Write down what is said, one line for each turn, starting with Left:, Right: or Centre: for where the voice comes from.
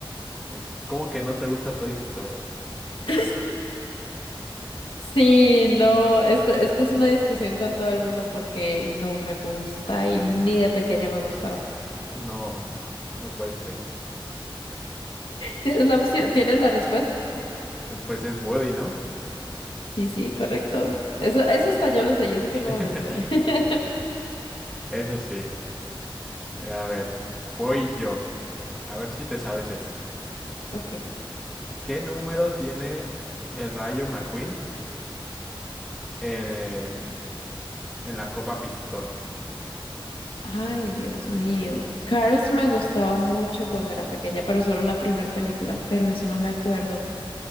Centre: Eh, ¿Cómo que no te gusta Toy Story?
Left: <laughs> Sí, no, esto, esto es una discusión con todo el mundo porque no me gusta y ni de pequeña me gustaba.
Centre: No, no, no puede ser.
Left: ¿Tienes la opción? ¿Tienes la respuesta?
Centre: Eh, Pues es Woody, ¿no?
Left: Sí, sí, correcto. Eso, eso hasta yo lo sé, yo sé que no
Centre: <laughs>
Left: me gustan. <laughs>
Centre: Eso sí. Eh, A ver, voy yo. A ver si te sabes esto.
Left: Ok.
Centre: ¿Qué número tiene el Rayo McQueen eh, en la Copa Pistón?
Left: Ay, Dios mío. Cars me gustaba mucho cuando era pequeña, pero solo la primera película, pero eso no me acuerdo.